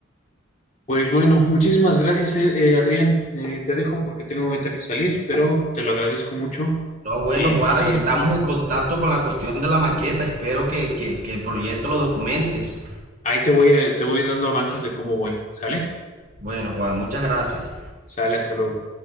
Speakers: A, on the left (about 35°); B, on the right (about 40°).
A: Pues bueno, muchísimas gracias, eh, eh, Adrián. Eh, te dejo porque tengo ahorita que salir, pero te lo agradezco mucho.
B: No, bueno,
A: Este,
B: Juan, estamos en contacto con la cuestión de la maqueta. Espero que, que, que el proyecto lo documentes.
A: ahí te voy a- te voy dando avances de cómo voy. ¿Sale?
B: Bueno, Juan, muchas gracias.
A: Sale, hasta luego.